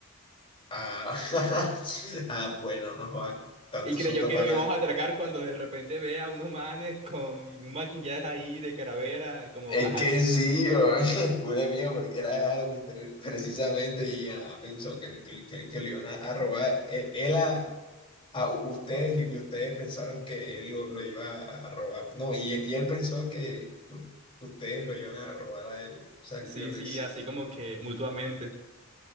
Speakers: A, on the left; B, on the right.
A: Ah, <laughs> ah, bueno, no joda, tanto
B: Y creyó
A: susto
B: que
A: para
B: lo
A: nada.
B: íbamos a atracar cuando de repente ve a unos manes con un maquillaje ahí de calavera, como,
A: Es
B: ajá.
A: que sí, o- <laughs> fue mío porque era Halloween pre- precisamente y ah, pensó que, que, que- que le iban a, a robar. Él, él a, a u- ustedes y, y ustedes pensaron que él lo, lo iba a a robar. No, y, y él pensó que u- ustedes lo iban a robar a él. O sea,
B: Sí,
A: culé risa.
B: sí, así como que mutuamente.